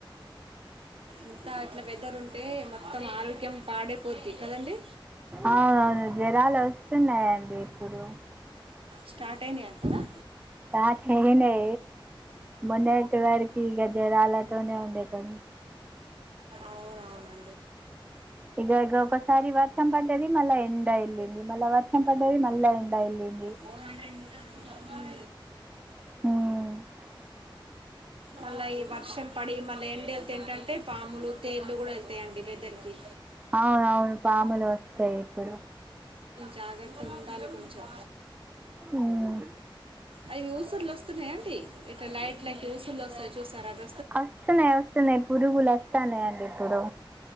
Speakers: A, on the right; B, on the right.
A: ఇంకా అట్లా వెదర్ ఉంటే మొత్తం ఆరోగ్యం పాడైపోద్ది కదండి
B: అవునవును జ్వరాలు వస్తున్నాయండి ఇప్పుడు
A: స్టార్ట్ అయినాయ అసలు
B: టార్చ్ ఎయ్యలే మొన్నెటి వరకు ఇక జ్వరాలతోనే ఉండే కొన్ని
A: అవునవును
B: ఇగ ఇగ ఒకసారి వర్షం పడ్డది. మళ్ళా ఎండ వెల్ళింది మళ్ళా వర్షం పడ్డది మళ్ళా ఎండ వెల్ళింది.
A: ఫోర్ హండ్రెడ్ మీటర్ తప్పాల
B: మ్
A: మళ్ళా ఈ వర్షం పడి మళ్ళీ ఎండా వెళ్తా ఏంటంటే పాములు తేళ్లు కూడా వెళ్తాయండి వెదర్ కి
B: అవును అవును పాములు వస్తాయి ఇప్పుడు.
A: జాగ్రత్తగా ఉండాలి కొంచెం.
B: ఉమ్.
A: అవి ఊసుర్లు వస్తున్నాయా అంటీ, ఇలా లైట్ లైట్ ఊసుర్లు వస్తున్నాయా? వస్తాయి చూసారా అవి
B: వస్తున్నాయి వస్తున్నాయి పురుగులు అస్తాయానయ అండి ఇప్పుడు.